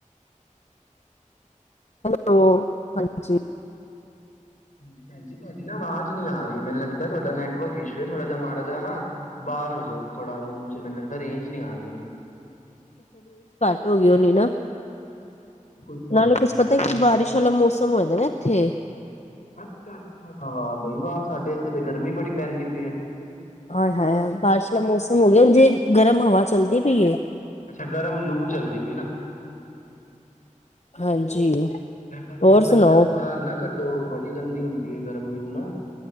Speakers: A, on the left (about 55°); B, on the left (about 75°).
A: ਹੈਲੋ, ਹਾਂਜੀ।
B: ਹਾਂਜੀ, ਪੈਂਜੀ ਜੀ ਤੁਹਾਡੀ ਨਾ ਆਵਾਜ਼ ਨੀ ਆ ਰਹੀ ਮੈਨੂੰ ਲੱਗ ਗਦਾ ਤੁਹਾਡਾ ਨੈਟਵਰਕ ਇਸ਼ੂ ਏ, ਥੋੜਾ ਜਿਹਾ ਮਾੜਾ ਜਿਹਾ ਨਾ, ਬਾਰ ਹੋ ਜੋ ਥੋੜਾ ਰੂਮ ਚ ਮੈਨੂੰ ਲੱਗਦਾ ਰੇਂਜ ਨੀ ਆ ਰੀ
A: ਹੋਗੀ ਹੋਨੀ ਨਾ।
B: ਸਹੀ
A: ਨਾਲੇ
B: ਹੈ
A: ਕੁਛ
B: ਹਾਂਜੀ
A: ਪਤਾ ਕਿ
B: ਹੋ
A: ਬਾਰਿਸ਼ ਵਾਲਾ ਮੌਸਮ ਹੋਆਂ ਦਾਏ ਨਾ ਇੱਥੇ।
B: ਅੱਛਾ ਵਾਹ ਬਈ ਵਾਹ ਸਾਡੇ ਇੱਥੇ ਤੇ ਗਰਮੀ ਬੜੀ ਪੈਂਦੀ ਪਈ ਹੈ
A: ਆਏ ਹਾਏ ਬਾਰਿਸ਼ ਦਾ ਮੌਸਮ ਹੋ ਗਿਆ ਜੇ ਗਰਮ ਹਵਾ ਚੱਲਦੀ ਪੀ ਏ।
B: ਅੱਛਾ ਗਰਮ ਲੂ ਚਲਦੀ ਪੀ ਨਾ।
A: ਹਾਂਜੀ
B: ਫਿਰ ਤਾਂ ਤੁਸੀਂ
A: ਹੋਰ
B: ਬੱਚਿਆਂ
A: ਸੁਨਾਓ।
B: ਨੂੰ ਬਾਹਰ ਨਾ ਕੱਢੋ ਬੜੀ ਗੰਦੀ ਹੁੰਦੀ ਹੈ ਗਰਮ ਲੂ ਨਾ